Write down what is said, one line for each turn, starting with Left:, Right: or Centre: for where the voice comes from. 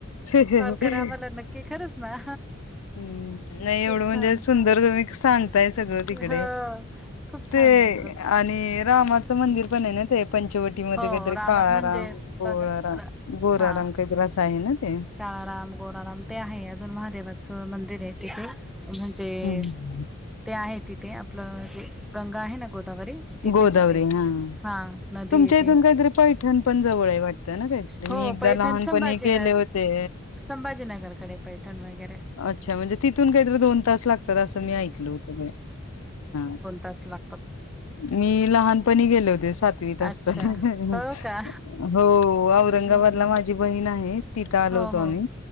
Left: हम्म
Centre: कॉल करा आम्हाला नक्की खरंच ना?
Left: हम्म नाही
Centre: खूप
Left: एवढं
Centre: छान
Left: म्हणजे सुंदर तुम्ही सांगताय सगळं तिकडे
Centre: हो खूप छान
Left: ते
Centre: आहे इकडं
Left: आणि रामाचं मंदिर पण आहे ना ते पंचवटी मध्ये
Centre: हो
Left: काहीतरी
Centre: राम
Left: काळाराम
Centre: म्हणजे
Left: गोळारा
Centre: बघ
Left: गोरारंग
Centre: हा
Left: काहीतरी असं आहे ना ते
Centre: काळाराम गोराराम ते आहे अजून महादेवाचं मंदिर आहे तिथ म्हणजे
Left: हम्म.
Centre: ते आहे तिथे आपलं जे गंगा आहे ना गोदावरी तिथेच
Left: गोदावरी
Centre: येते
Left: हा
Centre: हा नदी
Left: तुमच्या
Centre: येते
Left: इथून काहीतरी पैठण पण जवळ आहे वाटत ना ते
Centre: हो
Left: मी एकदा
Centre: पैठण
Left: लहानपणी
Centre: संभाजीनगर
Left: गेले होते
Centre: संभाजीनगरकडे पैठण वगैरे
Left: अच्छा म्हणजे तिथून काहीतरी दोन तास लागतात असं मी ऐकल होत <unintelligible>
Centre: दस लाख
Left: मी लहानपणी गेले होते सातवीत असताना
Centre: अच्छा.
Left: ह
Centre: हो
Left: ह
Centre: का?
Left: हो ओ औरंगाबादला
Centre: हं.
Left: माझी बहीण आहे तिथं आलो
Centre: हो
Left: होतो आम्ही
Centre: हो